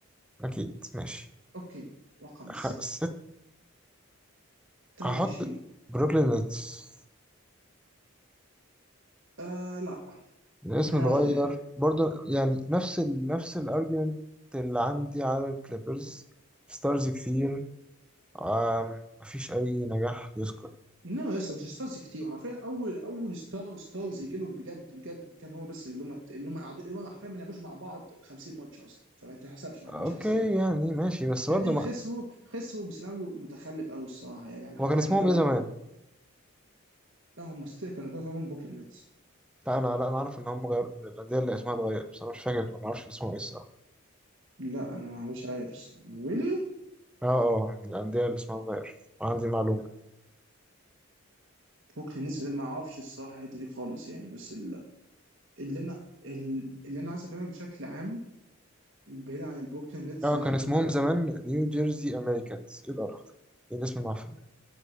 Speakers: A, in the centre; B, on the right.
A: أكيد ماشي
B: اوكي رقم
A: خ... ست
B: 26
A: هحط بروكلين نتس
B: آه لا
A: الاسم
B: انا
A: اتغير
B: واختلاف
A: برضو يعني نفس ال... نفس الارجيومنت اللي عندي على الكليبرز ستارز كتير آم... مفيش أي نجاح يذكر
B: لا يا اسطى مش ستارز كتير حرفيا اول اول ستار ستارز يجي لهم بجد بجد كان هو بس اللي هم اللي هم قعدوا- اللي هم حرفيا ما لعبوش مع بعض 50 ماتش اصلا فما تحسبش مع-
A: أوكي
B: مش هحسبها
A: يعني ماشي بس
B: ثانيا
A: برضو ما...
B: خسروا خسروا بسيناريو متخلف قوي الصراحه يعني انا حرفيا
A: هو كان اسمهم
B: ده
A: إيه
B: لو
A: زمان؟
B: لا هم ستيل كانوا ده طبعا بوكلين نتس
A: لا أنا لا أنا أعرف إن هم غيروا من الأندية اللي اسمها اتغير بس أنا مش فاكر ما أعرفش كان اسمهم إيه الصراحة
B: لا انا ما مش عارف الصراحه ويلي
A: أه أه من الأندية اللي اسمها اتغير عندي معلومة
B: بوكلين نتس ما اعرفش الصراحه الحته دي خالص يعني بس ال- اللي انا ال- اللي انا عايز افهمك بشكل عام بعيد عن البوكلين نتس
A: أه
B: وبعيد
A: كان
B: عن
A: اسمهم
B: كل ده
A: زمان نيو جيرسي أمريكانز إيه القرف ده؟ إيه الاسم المعفن ده؟